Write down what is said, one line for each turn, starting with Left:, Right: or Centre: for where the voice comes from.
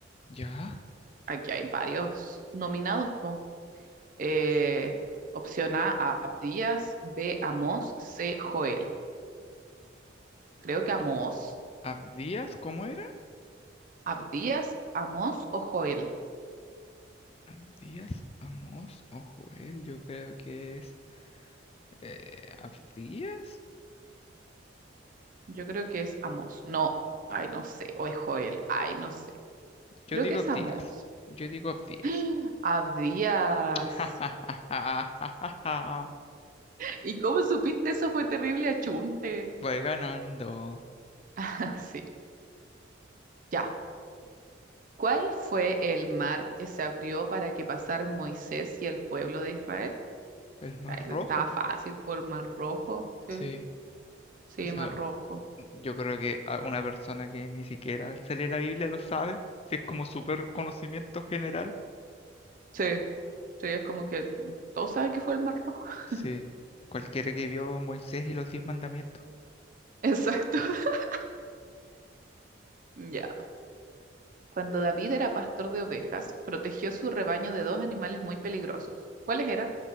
Left: ¿Ya?
Right: Aquí hay varios nominados, po. Eh, opción A, Abdías, B, Amós, C, Joel. Creo que Amós.
Left: ¿Abdías? ¿Cómo era?
Right: ¿Abdías, Amós o Joel?
Left: ¿Abdías? ¿Amos o Joel? Yo creo que es... eh, ¿Abdías?
Right: Yo creo que es Amós. No, ay, no sé. O es Joel, ay, no sé.
Left: Yo
Right: Creo
Left: digo
Right: que es
Left: Abdías.
Right: Amós.
Left: Yo digo Abdías.
Right: <gasps> Abdías.
Left: <laughs>
Right: ¿Y cómo supiste eso? Fue terrible achunte.
Left: Voy ganando.
Right: <laughs> Sí, ya. ¿Cuál fue el mar que se abrió para que pasaran Moisés y el pueblo de Israel?
Left: El más
Right: Ah, Eso
Left: rojo,
Right: estaba
Left: po.
Right: fácil por Mar Rojo. Sí,
Left: Sí,
Right: sí,
Left: eso
Right: Mar Rojo.
Left: yo creo que a una persona que ni siquiera se lee la Biblia lo sabe, si es como súper conocimiento general.
Right: Sí, sí, es como que mm, todos saben que fue el Mar Rojo.
Left: Sí,
Right: <laughs>
Left: cualquiera que vio Moisés y los diez mandamientos.
Right: Exacto. <laughs> Ya. Cuando David era pastor de ovejas, protegió su rebaño de dos animales muy peligrosos. ¿Cuáles eran?